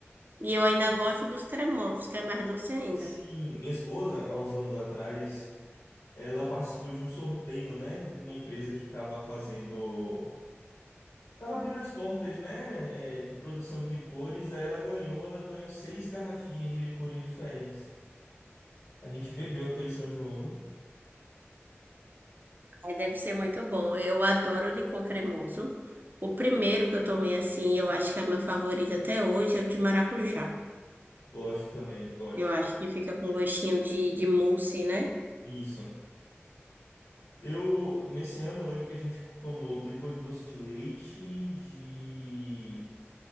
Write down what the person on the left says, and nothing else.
Sim, minha esposa, há uns anos atrás, ela participou de um sorteio, né, de uma empresa que estava fazendo Tava abrindo as portas, né, é, de produção de licores, aí ela ganhou, ela ganhou seis garrafinhas de licores diferentes. A gente bebeu aquele São João, viu?
Gosto também, gosto.
Isso. Eu, nesse ano, eu lembro que a gente tomou licor de doce de leite, de